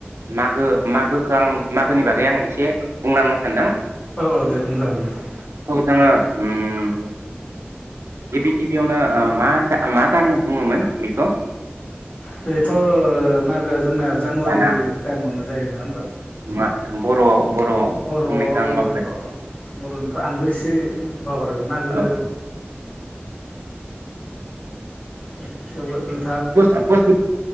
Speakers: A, on the right; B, on the left.
A: मागो मागोखौ आं मागोनि बागै आं एसे बुंलांनो सानदों
B: औ दे बुं जागोन नोंथां
A: जोंङो ओम गिबि गिबियावनो मा मा दान बुङोमोन बेखौ
B: बेथ' मागोआ जोंना जानुवारि
A: दाना
B: टाइमावनो जायो नङा होमबा
A: मा बर'आव बर'आव
B: बर'आव
A: बुंनायखौ आं बावबाय
B: र' बर'निखौ आंबो एसे बावगार मागो
A: औ
B: द थेवबो नो
A: पुस पुस